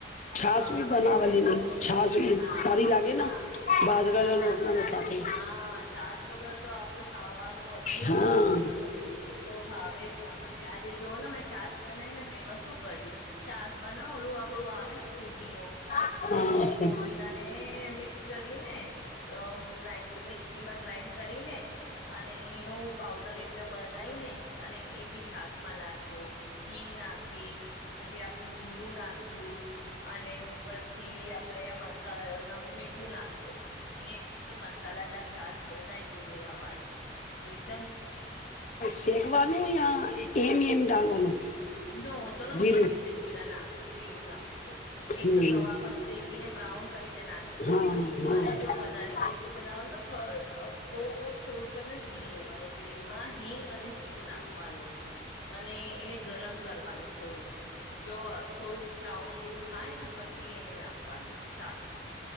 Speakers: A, on the left; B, on the left.
A: છાશ
B: હા
A: ભી
B: તો
A: બનાવાલીની
B: એમ ને
A: છાશ ભી
B: હા
A: સારી લાગે
B: હા
A: બાજરાના
B: હા
A: રોટલાના
B: છા
A: સાથે
B: હા છાસ વગર તો આપડું ખાવાનું અધુરું
A: હા
B: જમવાનું એ તો ભાવે જ ના મને આજે જોવ ને મેં છાાસ બનાવી ને તો એમાં શું કર્યું છાસમાં ના હલું આપડું આવે ને ફુદીનો
A: હા
B: તો એ
A: છે.
B: ફોદીના ને મિક્સ કરીને ગ્રાઇન્ડ મિક્સીમાં ગ્રાાઈન્ડ કરીને અને એનો પાવડર એકદમ બનાવીને અને એ બી છાસ માં નાખે હિંગ નાખી પછી આપડું જીરું નાખી નાખ અને ઉપરથી આપણેે આ મસા મીઠું નાખ્યું અને એકદમ મસાલાદાર છાસ બનાય ફુદીના વાળી તો એકદમ
A: શેકવાનું યા એમ એમ ડાલવાનું
B: જો હું તો ને
A: જીરું
B: બે રીતે જીરા નાખું જીરું નાખું છું એક
A: હમ
B: તો તવા પર શેકીને બ્રાઉન કરીને નાખી
A: હા
B: દો અને
A: હા
B: જો વધારે ટેસ્ટી બનાવુ તો હળ બહુ થોડુંક જ ને ઘી લેવાનું ઘીમાં હિંગ અને જીરું નાખવાનું અને એને ગરમ કરવાનું થોડુંક જો થોડુંક બ્રાઉન જેવું થાય ને પછી એને નાખવાનું છાસ માં